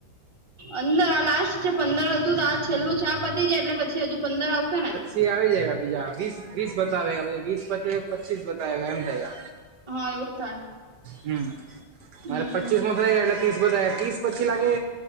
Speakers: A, on the right; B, on the right.
A: અંદર આ લાસ્ટ જે પંદર હતું તો આ છેલ્લું છે આ પતી જાય એટલે પછી હજુ પંદર આવશે ને?
B: ઈ આવી જાય હે બીજા વીસ વીસ બતાવે છે વિસ પતે પચીસ બતાવે એમ થાય
A: હા એવું જ થાય
B: હમ
A: હમ
B: મારે
A: હમ
B: પચીસમાં થઈ ગયો એટલે ત્રીસ પતાયા ત્રીસ પછી લાગે